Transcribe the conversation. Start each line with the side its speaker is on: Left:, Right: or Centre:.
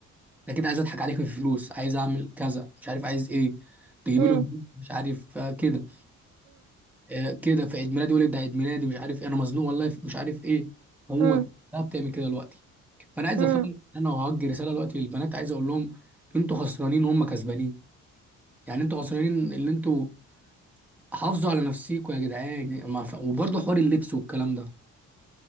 Centre: اكيد عايز اضحك عليك في الفلوس عايز اعمل كذا مش عارف عايز ايه تجيب
Right: مم،
Centre: له هدوم، مش عارف آه، كده آه، كده في عيد ميلادي يقول لك ده عيد ميلادي مش عارف ايه انا مزنوق والله في- مش عارف ايه هو
Right: مم،
Centre: ده بتعمل كده دلوقتي فانا عايز
Right: مم،
Centre: افهم انا وهوجه رساله دلوقتي للبنات عايز اقول لهم انتوا خسرانين هم كسبانين يعني انتوا خسرانين اللي انتوا حافظوا على نفسيكوا يا جدعان ما ف- وبرضه حوار اللبس والكلام ده